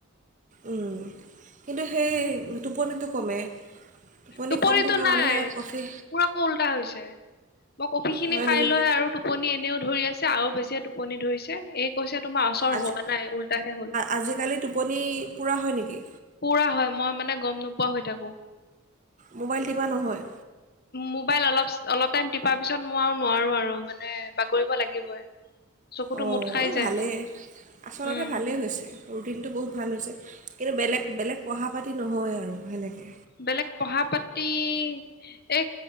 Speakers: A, on the right; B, on the left.
A: উম, কিন্তু সেই টোপনিটো কমে। টোপনি
B: টোপনিতো
A: কম থকা
B: নাই
A: মানুহে কফি
B: মোৰ আকৌ‌ উল্টা হৈছে <unintelligible> কফি খিনি
A: হয়
B: খাই
A: নেকি
B: লৈ আৰু টোপনি এনেও ধৰি আছে আৰু বেছিয়ে টোপনি ধৰিছে এই কৈছে তোমাৰ অচৰ
A: আজি
B: হোৱা নাই ওলতাহে হ'ল।
A: আজিকালি টোপনি পুৰা হয় নেকি?
B: পুৰা হয় মই মানে গম নোপোৱা হৈ থাকো।
A: মোবাইল টিপা নহয়?
B: মোবাইল অলপ অলপ টাইম টিপাৰ পিছত মই আৰু নোৱাৰো আৰু মানে বাগৰিব লাগিবই। চকুতো
A: অ
B: মুদ খাই যায়
A: ভালেই আচলতে
B: উম
A: ভালেই হৈছে ৰুটিনটো বহুত ভাল হৈছে। কিন্তু বেলেগ বেলেগ পঢ়া- পাটি নহয় আৰু সেনেকে।
B: বেলেগ পঢ়া -পাটি এ